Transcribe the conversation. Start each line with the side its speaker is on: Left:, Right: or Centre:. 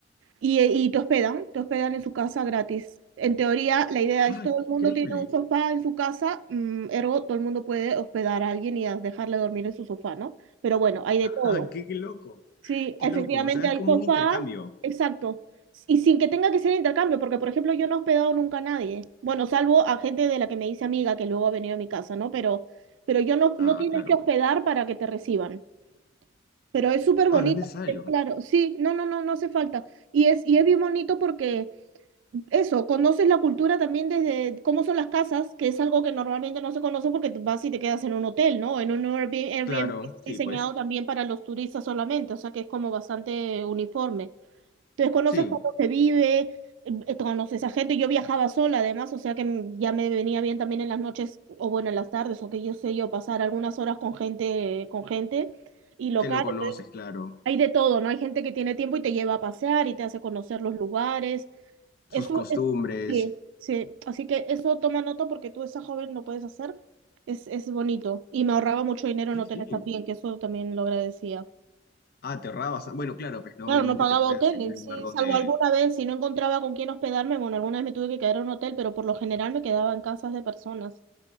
Right: Y, eh, y te hospedan, te hospedan en su casa gratis. En teoría, la idea es
Left: Ah,
Right: todo
Left: qué
Right: el mundo
Left: increíble.
Right: tiene un sofá en su casa, mm, ergo, todo el mundo puede hospedar a alguien y a- dejarle dormir en su sofá, ¿no? Pero bueno, hay de todo.
Left: Ah, qué, qué loco.
Right: Sí,
Left: Qué
Right: efectivamente
Left: loco. O sea, es
Right: al
Left: como
Right: sofá,
Left: un intercambio.
Right: exacto. Y sin que tenga que ser intercambio, porque por ejemplo yo no he hospedado nunca a nadie. Bueno, salvo a gente de la que me dice amiga que luego ha venido a mi casa, ¿no? Pero, pero yo no,
Left: Ah,
Right: no tienes
Left: claro.
Right: que hospedar para que te reciban. Pero es súper bonito,
Left: Ah, no es necesario.
Right: porque, claro, sí, no, no, no, no hace falta. Y es, y es bien bonito porque eso, conoces la cultura también desde cómo son las casas, que es algo que normalmente no se conoce porque tú vas y te quedas en un hotel, ¿no? En un Airbnb, Airbnb
Left: Claro,
Right: que está
Left: sí,
Right: diseñado
Left: pues.
Right: también para los turistas solamente, o sea que es como bastante uniforme. Entonces conoces
Left: Sí,
Right: cómo se vive, em, eh, conoces a gente. Yo viajaba sola además, o sea que m- ya me venía bien también en las noches o bueno, en las tardes, o que yo sé yo pasar algunas horas con gente, con gente y local.
Left: que no conoces, claro.
Right: Hay de todo, ¿no? Hay gente que tiene tiempo y te lleva a pasear y te hace conocer los lugares. Eso
Left: Sus costumbres.
Right: es, sí, sí. Así que eso toma nota porque tú, esa joven, lo puedes hacer. Es, es bonito. Y me ahorraba mucho dinero
Left: Sí,
Right: en hoteles
Left: sí.
Right: también, que eso también lo agradecía.
Left: Ah, te ahorrabas. Bueno, claro, pues no,
Right: Claro,
Left: obviamente
Right: no pagaba
Left: te hospedas
Right: hoteles,
Left: en un lugar
Right: sí,
Left: donde.
Right: salvo alguna vez, si no encontraba con quién hospedarme, bueno, alguna vez me tuve que quedar en un hotel, pero por lo general me quedaba en casas de personas.